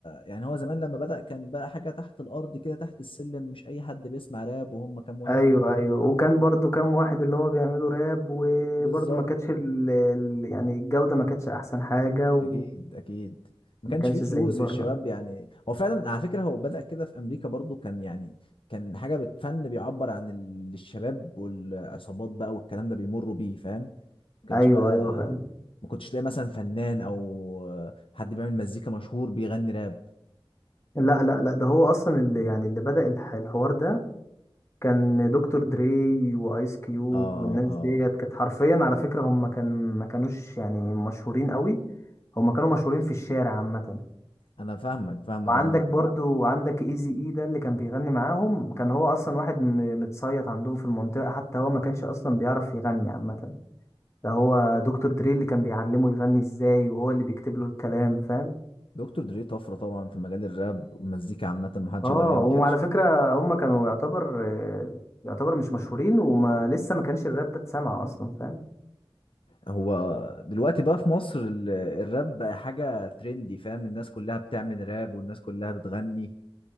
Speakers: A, on the left; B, on the left.
A: يعني هو زمان لما بدأ كان بقى حاجه تحت الارض كده تحت السلم مش اي حد بيسمع راب وهم كام واحد
B: أيوه أيوه وكان برضو كام واحد اللي هما بيعملوا راب وبرضو
A: بالظبط
B: ما كانتش ال... ال- يعني الجودة ما كانتش أحسن حاجة وما
A: اكيد اكيد ما كانش
B: كانش
A: فيه فلوس
B: زي بره
A: الشباب يعني هو فعلا على فكره هو بدأ كده في امريكا برضو كان يعني كان حاجه بتفن بيعبر عن ال- الشباب والعصابات بقى والكلام ده بيمروا بيه فاهم ما كانش
B: أيوه
A: بقى
B: أيوه فعلا
A: ما كنتش تلاقي مثلا فنان او حد بيعمل مزيكا مشهور بيغني راب
B: لا لا لا ده هو أصلا اللي يعني اللي بدأ الح- الحوار ده كان دكتور دري وايس كيوب
A: اه
B: والناس
A: اه
B: ديت كانت حرفيا على فكرة هم كان ما كانوش يعني مشهورين قوي هم كانوا مشهورين في الشارع عامة
A: انا فاهمك فاهمك
B: وعندك
A: عامه
B: برضو عندك ايزي اي ده اللي كان بيغني معاهم كان هو اصلا واحد م- متصيط عندهم في المنطقة حتى هو ما كانش اصلا بيعرف يغني عامة ده هو دكتور دري اللي كان بيعلمه يغني ازاي وهو اللي بيكتب له الكلام فاهم
A: دكتور دري طفره طبعا في مجال الراب والمزيكا عامه ما حدش
B: اه
A: يقدر ينكر
B: وعلى فكرة هم كانوا يعتبر آه، يعتبر مش مشهورين وما لسه ما كانش الراب ده اتسمع اصلا فاهم
A: هو دلوقتي بقى في مصر ال- الراب بقى حاجة ترندي فاهم الناس كلها بتعمل راب والناس كلها بتغني